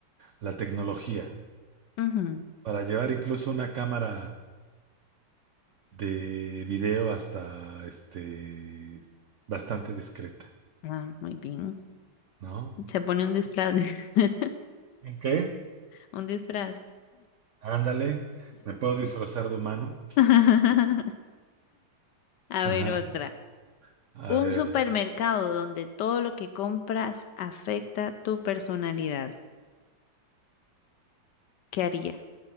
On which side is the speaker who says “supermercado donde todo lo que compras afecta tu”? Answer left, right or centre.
Left